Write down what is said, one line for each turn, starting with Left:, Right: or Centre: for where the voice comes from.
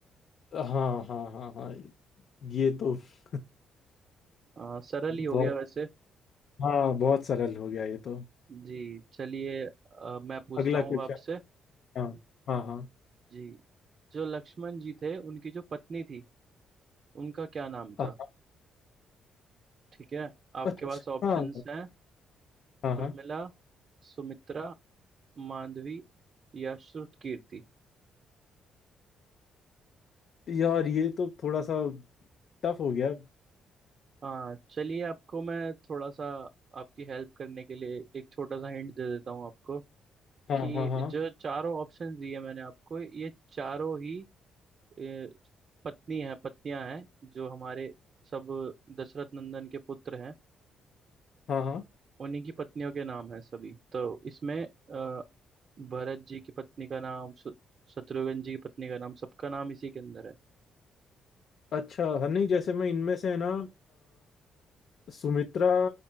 Left: हाँ हाँ हाँ हाँ ये तो <laughs>
Right: अ, सरल ही हो
Left: बहुत
Right: गया वैसे
Left: हाँ बहुत सरल हो गया ये तो
Right: जी चलिए अ, मैं पूछता
Left: अगला
Right: हूँ
Left: क्वेश्चन
Right: अब आपसे
Left: हाँ हाँ हाँ
Right: जी जो लक्ष्मण जी थे उनकी जो पत्नी थी उनका क्या नाम
Left: हाँ
Right: था ठीक है आपके
Left: अच्छा
Right: पास ऑप्शंस
Left: हाँ
Right: हैं
Left: हाँ हाँ
Right: उर्मिला सुमित्रा मांडवी या श्रुतकीर्ति
Left: यार ये तो थोड़ा सा टफ हो गया
Right: हाँ चलिए आपको मैं थोड़ा सा आपकी हेल्प करने के लिए एक छोटा सा हिंट दे देता हूँ आपको
Left: हाँ
Right: कि
Left: हाँ हाँ
Right: जो चारों ऑप्शंस दिए मैंने आपको ये चारों ही अ, पत्नी हैं पत्नियां हैं जो हमारे सब दशरथ नंदन के पुत्र हैं
Left: हाँ हाँ
Right: उन्हीं की पत्नियों के नाम है सभी तो इसमें अ, भरत जी की पत्नी का नाम शु- शत्रुघ्न जी की पत्नी का नाम सबका नाम इसी के अंदर है
Left: अच्छा हाँ नहीं जैसे मैं इनमें से है ना अ, सुमित्रा